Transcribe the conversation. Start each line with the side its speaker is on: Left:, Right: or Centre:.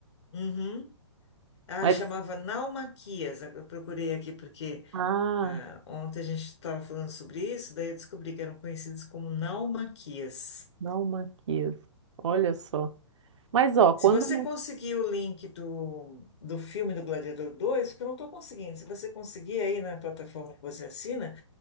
Left: Uhum. Ah,
Right: Mas,
Left: chamava Naumaquias. Eu procurei aqui porque
Right: ah,
Left: Ah, ontem a gente estava falando sobre isso, daí eu descobri que eram conhecidos como naumaquias.
Right: não, Maquias. Olha só. Mas, ó, quando.
Left: Se você conseguir o link do, do filme do Gladiador 2, que eu não estou conseguindo, se você conseguir aí na plataforma que você assina,